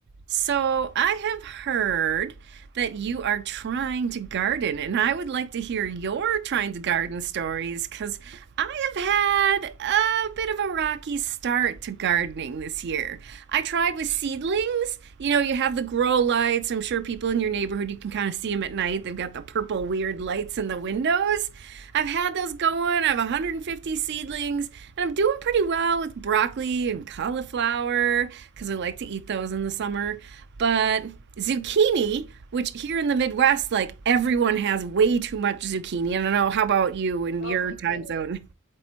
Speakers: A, on the right; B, on the left.
A: So I have heard that you are trying to garden, and I would like to hear your trying to garden stories because I have had a bit of a rocky start to gardening this year. I tried with seedlings. You know, you have the grow lights. I'm sure people in your neighborhood, you can kind of see them at night. They've got the purple weird lights in the windows. I've had those going. I have 150 seedlings, and I'm doing pretty well with broccoli and cauliflower because I like to eat those in the summer. But zucchini, which here in the Midwest, like everyone has way too much zucchini. I don't know. How about you in
B: Oh
A: your
B: my
A: time
B: goodness.
A: zone?